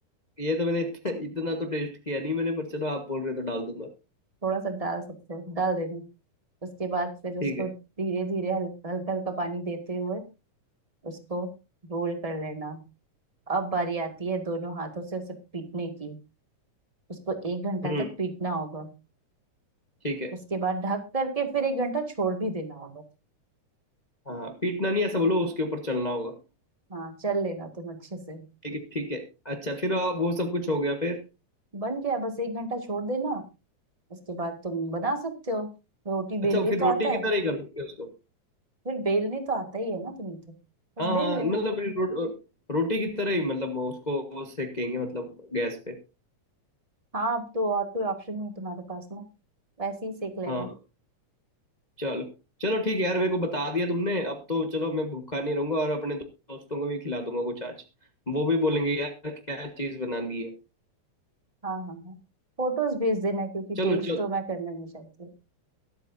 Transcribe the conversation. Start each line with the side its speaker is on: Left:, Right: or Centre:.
Left: ये तो मैंने <laughs> इतना, इतना तो टेस्ट किया नहीं मैंने पर चलो आप बोल रहे हो तो डाल दूंगा
Right: थोड़ा सा डाल सकते हो डाल देना उसके बाद फिर उसको
Left: ठीक है
Right: धीरे धीरे हल, हल्का हल्का पानी देते हुए उसको रोल कर लेना अब बारी आती है दोनों हाथों से उसे पीटने की उसको एक घंटा
Left: हम्म
Right: तक पीटना होगा
Left: ठीक है
Right: उसके बाद ढक करके फिर एक घंटा छोड़ भी देना होगा
Left: हाँ पीटना नहीं ऐसा बोलो उसके ऊपर चलना होगा
Right: हाँ चल लेना तुम अच्छे से
Left: ठीक है ठीक है अच्छा फिर आप वो सब कुछ हो गया फिर
Right: बन गया बस एक घंटा छोड़ देना उसके बाद तुम बना सकते हो रोटी बेलने
Left: अच्छा फिर
Right: तो
Left: रोटी
Right: आता है
Left: की तरह ही कर सकते हैं उसको
Right: फिर बेलनी तो आता ही है ना तुम्हें तो बस
Left: हाँ हाँ
Right: बेल लेना
Left: मतलब फिर रो, रोटी की तरह ही मतलब उसको सेकेंगे मतलब गैस पे
Right: हाँ अब तो और कोई ऑप्शन नहीं है तुम्हारे पास ना वैसे ही सेक लेना
Left: हाँ चलो चलो ठीक है यार मेरे को बता दिया तुमने अब तो चलो मैं भूखा नहीं रहूंगा और अपने दोस्तों को भी खिला दूंगा कुछ आज वो भी बोलेंगे यार क्या चीज बनानी है
Right: हाँ हाँ हाँ फोटोज भेज देना क्योंकि
Left: चलो
Right: टेस्ट
Left: चलो
Right: तो मैं करना नहीं चाहती